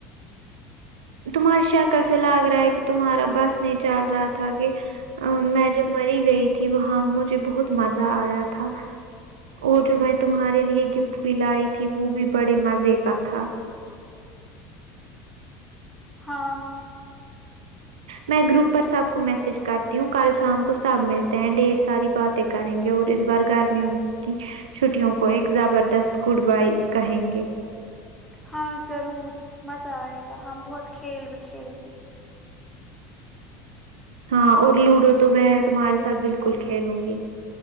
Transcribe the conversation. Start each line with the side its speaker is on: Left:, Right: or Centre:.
Right: تمہاری شکل سے لگ رہا ہے کہ تمہارا بس نہیں چل رہا تھا کہ ا میں جب مری گئی تھی وہاں مجھے بہت مزہ آیا تھا اور جو میں تمہارے لیے گفٹ بھی لائی تھی وہ بھی بڑے مزے کا تھا
Centre: ہاں
Right: میں گروپ پر سب کو میسج کرتی ہوں کل شام کو سب ملتے ہیں ڈھیر ساری باتیں کریں گے اور اس بار گرمیوں کی چھٹیوں کو ایک زبردست گڈ بائی کہیں گے
Centre: ہاں ضرور مزہ آئے گا ہم بہت کھیل بھی کھیلیں گے
Right: ہاں اور لوڈو تو میں تمہارے ساتھ بالکل کھیلوں گی